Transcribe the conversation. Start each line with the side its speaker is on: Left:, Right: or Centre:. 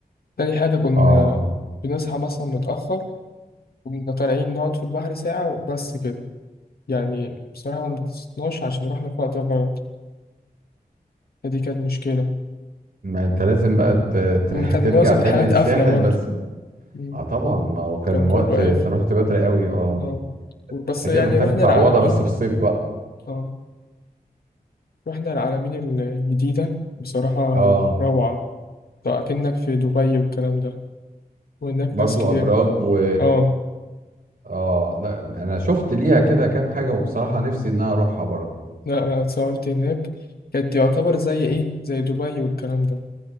Left: تاني حاجه كنا
Right: اه
Left: بنصحى مثلا متاخر كنا طالعين نقعد في البحر ساعة وبس كده يعني بصراحة ما انبسطناش عشان رحنا في وقت غلط فدي كانت مشكلة
Right: ما انت لازم بقى ت- ت-
Left: م-
Right: <laughs>
Left: كان
Right: ترجع
Left: معظم
Right: تاني
Left: الحاجات
Right: للساحل
Left: قافلة برضو
Right: بس
Left: مم.
Right: اه طبعا ما هو كان
Left: كان
Right: الوقت
Left: كله
Right: انت
Left: قافل
Right: رحت بدري قوي اه
Left: اه بس
Right: انت كده
Left: يعني
Right: محتاج
Left: رحنا
Right: تعوضها
Left: العلمين
Right: بس في الصيف بقى
Left: اه رحنا العلمين الجديدة بصراحة
Right: اه
Left: روعة طيب أكنك في دبي والكلام ده وهناك
Right: برضو
Left: ناس كتير
Right: ابراج و
Left: اه
Right: اه لا انا شفت ليها كده كام حاجة وبصراحة نفسي ان انا اروحها برضو
Left: لا أنا اتصورت هناك كانت يعتبر زي ايه زي دبي والكلام ده